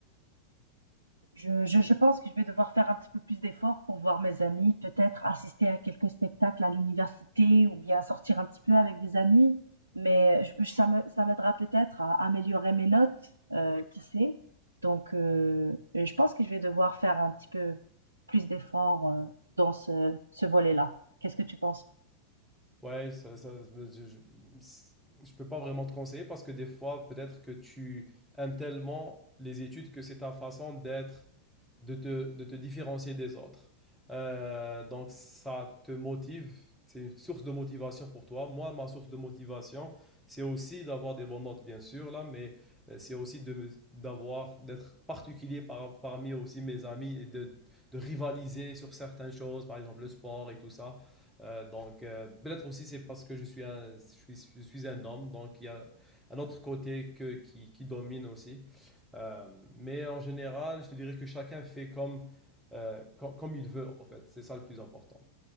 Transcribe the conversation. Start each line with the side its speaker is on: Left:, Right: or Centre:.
Right: Je, je, je pense que je vais devoir faire un petit peu plus d'efforts pour voir mes amis, peut-être assister à quelques spectacles à l'université ou bien sortir un petit peu avec des amis. Mais je, ça me- ça m'aidera peut-être à améliorer mes notes, euh, qui sait. Donc, euh, je pense que je vais devoir faire un petit peu plus d'efforts, euh, dans ce, ce volet-là. Qu'est-ce que tu penses?
Centre: Ouais, ça, ça- je, je, je peux pas vraiment te conseiller parce que des fois, peut-être que tu aimes tellement les études que c'est ta façon d'être de te, de te différencier des autres. Euh, donc ça te motive, c'est une source de motivation pour toi. Moi, ma source de motivation, c'est aussi d'avoir des bonnes notes, bien sûr, là, mais euh, c'est aussi de d'avoir, d'être particulier par- parmi aussi mes amis et de, de rivaliser sur certaines choses, par exemple le sport et tout ça. Euh, donc, euh, peut-être aussi c'est parce que je suis un, je suis, je suis un homme, donc il y a un autre côté que, qui, qui domine aussi. Euh, mais en général, je te dirais que chacun fait comme, euh, com- comme il veut, en fait. C'est ça le plus important.